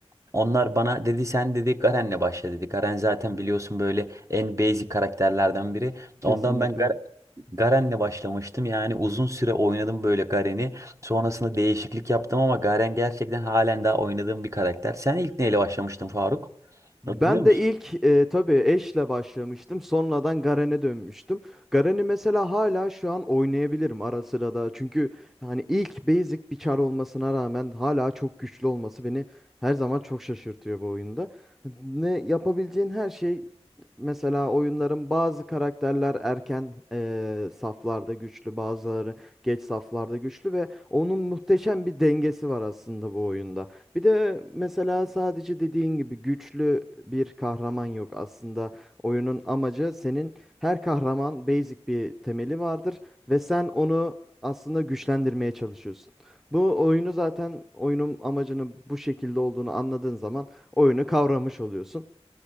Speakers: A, on the right; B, in the centre.
A: Onlar bana dedi sen dedi Garen'le başla dedi. Garen zaten biliyorsun böyle en basic karakterlerden biri.
B: Kesinlikle.
A: Ondan ben Gar- Garen'le başlamıştım. Yani uzun süre oynadım böyle Garen'i. Sonrasında değişiklik yaptım ama Garen gerçekten halen daha oynadığım bir karakter. Sen ilk neyle başlamıştın Faruk?
B: Ben
A: Hatırlıyor musun?
B: de ilk e, tabii Ashe'le başlamıştım. Sonradan Garen'e dönmüştüm. Garen'i mesela hala şu an oynayabilirim ara sıra da. Çünkü hani ilk basic bir çar olmasına rağmen hala çok güçlü olması beni her zaman çok şaşırtıyor bu oyunda. Ne yapabileceğin her şey mesela oyunların bazı karakterler erken e, saflarda güçlü, bazıları geç saflarda güçlü ve onun muhteşem bir dengesi var aslında bu oyunda. Bir de mesela sadece dediğin gibi güçlü bir kahraman yok. Aslında oyunun amacı senin her kahraman basic bir temeli vardır ve sen onu aslında güçlendirmeye çalışıyorsun. Bu oyunu zaten oyunun amacının bu şekilde olduğunu anladığın zaman oyunu kavramış oluyorsun.